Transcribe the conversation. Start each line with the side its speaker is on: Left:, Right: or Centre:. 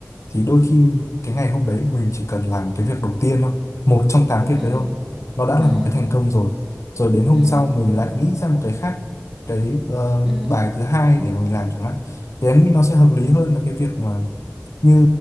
Left: thì đôi khi cái ngày hôm đấy mình chỉ cần làm cái việc đầu tiên thôi một trong tám việc
Centre: ừ,
Left: đấy thôi nó đã
Centre: ừ,
Left: là một cái thành công rồi rồi đến hôm
Centre: ừ,
Left: sau mình lại nghĩ ra một cái khác cái ờ,
Centre: ừ,
Left: bài thứ hai để mình làm chẳng hạn thì em nghĩ nó sẽ hợp lý hơn là cái việc mà như